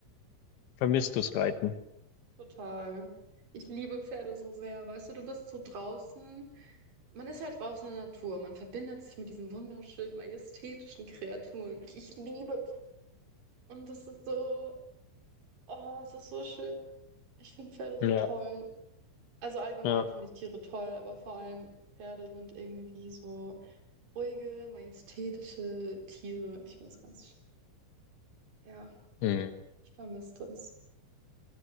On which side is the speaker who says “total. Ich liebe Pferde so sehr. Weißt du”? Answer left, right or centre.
Right